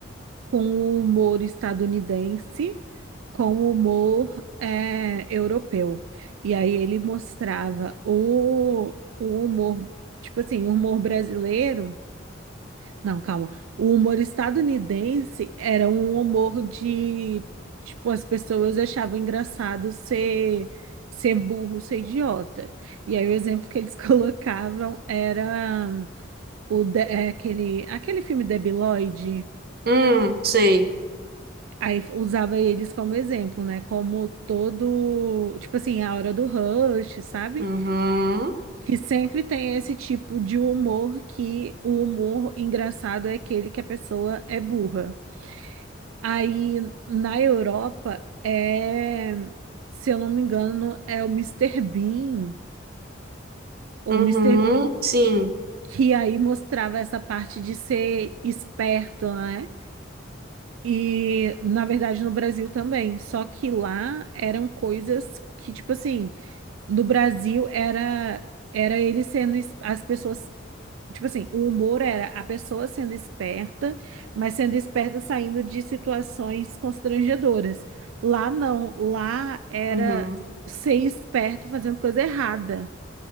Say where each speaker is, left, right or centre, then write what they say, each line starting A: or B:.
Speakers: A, on the right (about 85°); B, on the right (about 50°).
A: com o humor estadunidense, com o humor eh, europeu. E aí ele mostrava o, o humor, tipo assim, o humor brasileiro. Não, calma. O humor estadunidense era um humor de, tipo, as pessoas achavam engraçado ser, ser burro, ser idiota. E aí o exemplo que eles <laughs> colocavam era o, de- eh, aquele, aquele filme Debiloide.
B: hum, sei.
A: Aí usava eles como exemplo, né? Como todo, tipo assim, a hora do rush, sabe?
B: Uhum.
A: Que sempre tem esse tipo de humor que o humor engraçado é aquele que a pessoa é burra. Aí na Europa é, se eu não me engano, é o Mister Bean ou
B: Uhum,
A: Mister Bean
B: sim.
A: que aí mostrava essa parte de ser esperto, né? E, na verdade, no Brasil também. Só que lá eram coisas que, tipo assim, No Brasil era era ele sendo es- as pessoas, tipo assim, o humor era a pessoa sendo esperta, mas sendo esperta saindo de situações constrangedoras. Lá não, lá era
B: Uhum.
A: ser esperto fazendo coisa errada.